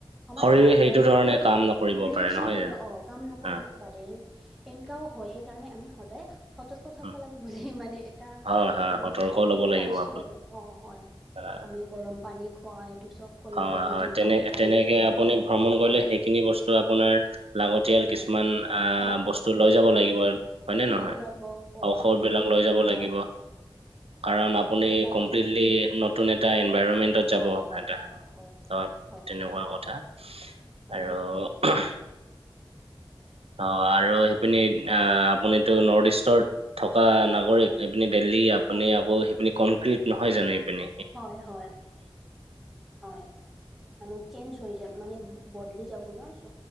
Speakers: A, in the centre; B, on the right.
A: আমাৰ
B: শৰীৰে
A: শা
B: সেইটো
A: শৰীৰটোৱে
B: ধৰণে কাম নকৰিব
A: ৰিয়েকচন
B: পাৰে নহয়
A: কৰিব
B: জানো
A: অ' কাম নকৰিব।
B: হা
A: পাৰে এনেকাও হয় সেইকাৰণে আমি সদায় সতৰ্ক থাকিব
B: উম,
A: লাগে বুলি মানে এটা
B: হয় হয়
A: মানে
B: সতৰ্ক ল'ব
A: সেইটো
B: লাগিব
A: পাইছো
B: আপুনি
A: আৰু অ', হয়।
B: হয়
A: আমি গৰম পানী খোৱা এইটো চব কৰিব
B: হয়
A: লাগিব
B: হয়।
A: যিহেতু
B: তেনে
A: আমাৰ শৰীৰটো
B: তেনেকে আপুনি ভ্ৰমণ কৰিলে
A: হয়
B: সেইখিনি বস্তু আপোনাৰ লাগতিয়াল
A: হয়
B: কিছুমান আহ,
A: অ
B: বস্তু
A: দেন
B: লৈ যাব লাগিব হয়নে
A: ঔষধ
B: নহয়।
A: বিলাক হওক অ
B: ঔষধবিলাক
A: যিটো
B: লৈ যাব লাগিব
A: অ
B: কাৰণ
A: হয়
B: আপুনি
A: এইবিলাক
B: কমপ্লিটলি
A: আমি
B: নতুন এটা এনভাইৰণমেন্টত
A: হয়
B: যাব
A: হয়
B: এটা।
A: হয় হয়
B: তো
A: হয়
B: তেনেকুৱা কথা
A: মানে
B: আৰু অ', আৰু সেইপিনি আহ আপুনি এইটো নৰ্থ ইষ্টত থকা নাগৰিক আপনি দেল্হী আপুনি
A: হয়
B: আকৌ মানে কনক্ৰিট নহয় জানো এইপিনে।
A: হয় হয়। হয়। মানে চেঞ্জ হৈ যায় মানে বদলি যাব ন চ'